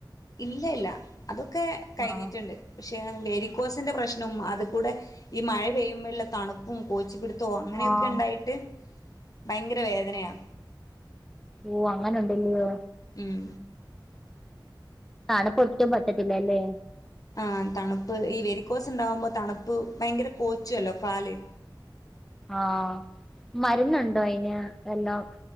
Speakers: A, on the left; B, in the centre.
A: ഇല്ല ല്ല അതൊക്കെ കഴിഞ്ഞിട്ട്ണ്ട്.
B: ആഹ്
A: പക്ഷേ വെരിക്കോസിന്റെ പ്രശ്നും അതികൂടെ ഈ മഴ പെയ്യുമ്പഴുള്ള തണുപ്പും കോച്ചി പിടി തോ അങ്ങനെയൊക്കെണ്ടായിട്ട്
B: ആഹ്
A: ഭയങ്കര വേദനയാ
B: ഓ അങ്ങനുണ്ടല്ലയോ?
A: മ്
B: തണുപ്പൊട്ടും പറ്റത്തില്ലല്ലേ
A: ആഹ തണുപ്പ് ഈ വെരിക്കോസ് ണ്ടാവുമ്പോ തണുപ്പ് ഭയങ്കര കോച്ചോല്ലോ കാല്
B: ആഹാ മരുന്നുണ്ടോ അയിന് എല്ലാം